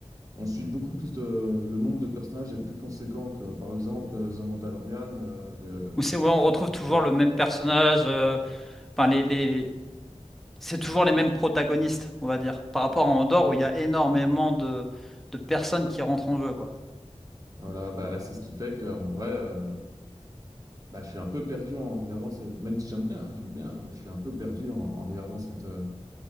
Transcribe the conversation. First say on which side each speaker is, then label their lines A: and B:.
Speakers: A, on the right (about 30°); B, in the centre.
A: on suit beaucoup plus de... Le nombre de personnages est plus conséquent que, par exemple, euh, The Mandalorian, euh,
B: Où c'est, ouais, on retrouve toujours
A: le,
B: le même personnage, euh, enfin les, les- c'est toujours les mêmes protagonistes, on va dire, par rapport à Andorre où il y a énormément de, de personnes qui rentrent en jeu, quoi.
A: Voilà, bah, c'est ce qui fait qu'en vrai, euh, bah, je suis un peu perdu en regardant, ces... même si j'aime bien, hein, j'aime bien, hein, mais je suis un peu perdu en, en regardant cette, euh,